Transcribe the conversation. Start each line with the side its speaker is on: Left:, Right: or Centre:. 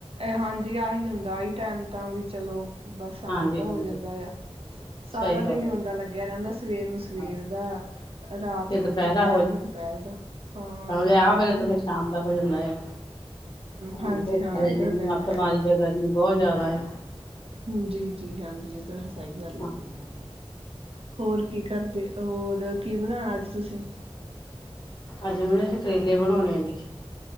Right: ਹਾਂਜੀ ਆਹੀ ਹੁੰਦਾ ਆਹੀ ਟਾਈਮ ਤਾਂ ਵੀ ਚਲੋ ਬਸ
Left: ਹਾਂਜੀ
Right: ਆਮ ਦਾ
Left: ਹਾਂਜੀ
Right: ਹੋ ਜਾਂਦਾ ਆ ਸਾਰਾ
Left: ਸਹੀ ਗੱਲ
Right: ਦਿਨ
Left: ਹੈ
Right: ਬੰਦਾ ਲੱਗਿਆ ਰਹਿੰਦਾ ਸਵੇਰ ਨੂੰ ਸਵੇਰ
Left: ਹਾਂ
Right: ਦਾ ਰਾਤ
Left: ਫਿਰ ਦੁਪਹਿਰਾ
Right: ਨੂੰ ਦੁਪਹਿਰ ਨੂੰ ਦੁਪਹਿਰ ਦਾ ਹਾਂ
Left: ਵਿਆਹ ਵੇਲੇ
Right: ਇਹ ਤਾਂ
Left: ਤ ਫਿਰ ਸ਼ਾਮ ਦਾ ਹੋ ਜਾਂਦਾ ਆ ਹਾਂ
Right: ਹਾਂਜੀ
Left: ਤੇ ਗਰਮੀ
Right: ਇਹ ਤਾਂ
Left: ਦੀ
Right: ਗੱਲ
Left: ਮੱੱਸ ਮਾਰੀ ਹੈ ਗਰਮੀ ਬਹੁਤ ਜਿਆਦਾ ਆ
Right: ਹ ਜੀ ਜੀ ਹਾਂਜੀ ਇਹ ਤਾਂ ਸਹੀ ਗੱਲ
Left: ਹਾਂਜੀ
Right: ਆ
Left: ਹਾਂਜੀ,
Right: ਹੋਰ ਕੀ ਕਰਦੇ ਹੋਰ ਕੀ ਬਣਾਣਾ ਅੱਜ ਤੁਸੀਂ
Left: ਅੱਜ ਮੈਨੂੰ ਸ਼ ਕਰੇਲੇ ਬਣਾਉਣੇ ਆ ਜੀ